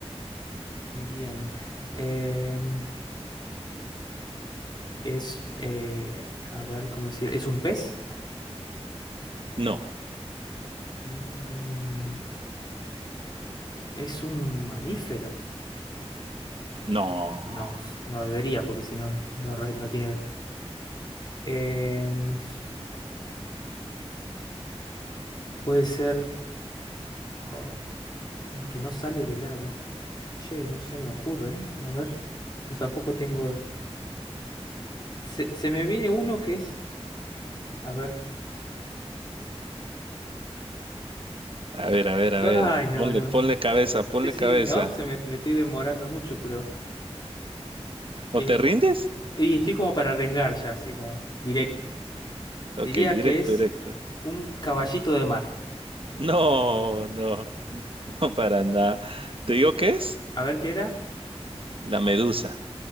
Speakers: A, on the left; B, on the right.
A: Bien. Em, es, eh, a ver, ¿cómo decir? ¿Es un pez?
B: no,
A: Mm, ¿es un mamífero?
B: no.
A: No, no debería, porque si no, no, re- no tiene... Em, puede ser... oh, No, que no sale del agua. Che, no se me ocurre, ¿eh? A ver. no, Tampoco tengo. Se, se me viene uno que es. A ver.
B: A ver, a ver, a ver.
A: Ay, no,
B: Ponle,
A: no,
B: ponle
A: no.
B: cabeza, ponle
A: Sí, sí,
B: cabeza.
A: no. Se me, me estoy demorando mucho, pero.
B: ¿O
A: eh,
B: te rindes?
A: y estoy como para arriesgar ya, así como directo.
B: Ok,
A: Diría
B: directo,
A: que es
B: directo.
A: un caballito de mar.
B: No, no, <laughs> no para nada. ¿Te digo qué es?
A: A ver qué era.
B: La medusa.